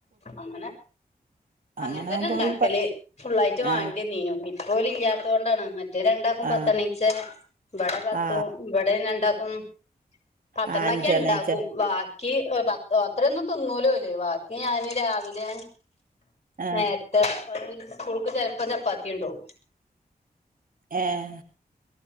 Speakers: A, on the left (about 40°); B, on the right (about 60°).
A: അങ്ങനെ
B: അങ്ങനെ
A: അങ്ങൻതന്നെ
B: ആവുമ്പോ
A: ഇണ്ടാക്കല്
B: പ
A: ഫുള്ളായിട്ട് വാണ്ട്യന്നീനു
B: ആ
A: ഇപ്പ ഓൽ ഇല്ലാത്തോണ്ടാണ് മറ്റേ രണ്ടാക്കും
B: ആ
A: പത്തെണ്ണീച്ചേ ഇബടെ പത്തും
B: ആ
A: ഇവടെ പിന്നെ രണ്ടാക്കും പത്തെണ്ണാക്ക്യങ്
B: ആ അഞ്ചെണ്ണീച്ച
A: ഇണ്ടാക്കും വാക്ക് ക്കി അ് പത്ത് അത്രയൊന്നും തിന്നൂലോല് വാക്കി ഞാന് രാവിലേ
B: ആ
A: നേര്ത്തെ അതോ സ്കൂൾക്ക് ചെലപ്പം ചപ്പാത്തി കൊണ്ടോവും
B: ഏഹ്